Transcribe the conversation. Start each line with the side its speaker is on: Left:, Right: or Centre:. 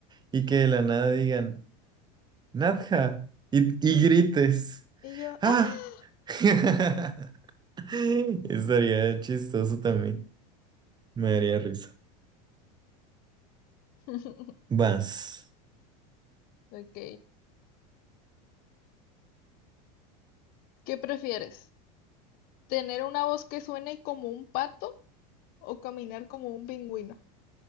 Right: y que de la nada digan, Nadja, y, y grites.
Left: Y yo,
Right: ¡Ah!
Left: ¡ah!
Right: <laughs> Estaría chistoso también. Me daría risa.
Left: <laughs>
Right: Vas.
Left: Ok. ¿Qué prefieres? ¿Tener una voz que suene como un pato o caminar como un pingüino?